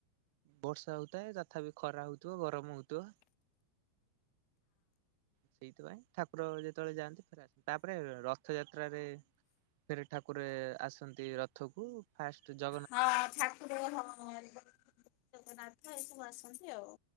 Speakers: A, on the right (about 50°); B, on the left (about 45°).
A: ବର୍ଷା ହୋଉଥାଏ ତଥାବି ଖରା ହୋଉଥିବ ଗରମ ହୋଉଥିବ। ସେଇଥିପାଇଁ ଠାକୁର ଯେତବଳେ ଯାଆନ୍ତି ଫେରେ ଆସନ୍ତି ତାପରେ ରଥଯାତ୍ରାରେ। ଫେରେ ଠାକୁରେ ଆସନ୍ତି ରଥ କୁ। ଫାଷ୍ଟେ ଜ
B: ହଁ ଠାକୁର ହଁ ଜଗନ୍ନାଥ ଏସବୁ ଆସନ୍ତି ଆଉ।